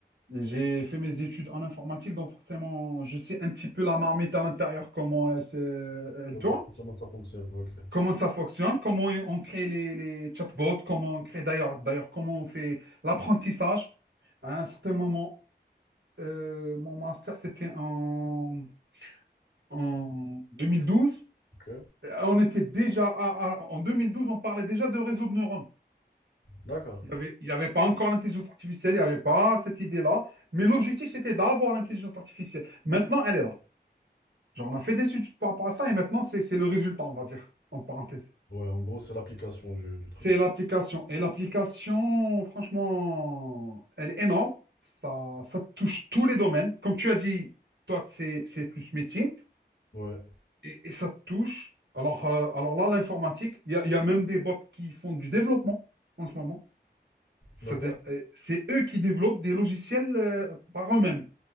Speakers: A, on the right; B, on the left.
A: J'ai fait mes études en informatique, donc forcément, je sais un petit peu la marmite à l'intérieur, comment elle, se- elle
B: Ok,
A: tourne,
B: c'est comment ça fonctionne. Ok.
A: comment ça fonctionne, comment on crée les, les chatbots, comment on crée d'ailleurs, d'ailleurs, comment on fait l'apprentissage. À un certain moment, euh, mon master, c'était en, en 2012.
B: Ok.
A: On était déjà à- à- en 2012, on parlait déjà de réseau de neurones.
B: D'accord.
A: Il n'y avait, il y avait pas encore l'intelligence artificielle, il n'y avait pas cette idée-là. Mais l'objectif, c'était d'avoir l'intelligence artificielle. Maintenant, elle est là. Genre, on a fait des études par rapport à ça et maintenant, c'est c'est le résultat, on va dire, en parenthèse.
B: Ouais, en gros, c'est l'application du, du truc.
A: C'est l'application. Et l'application, franchement, elle est énorme. Ça, ça touche tous les domaines. Comme tu as dit, toi, c'est c'est plus métier
B: Ouais.
A: et, et ça touche. Alors, euh, alors là, l'informatique, il y a, il y a même des bots qui font du développement en ce moment. C'est-à-dire,
B: D'accord.
A: euh, c'est eux qui développent des logiciels euh, par eux-mêmes.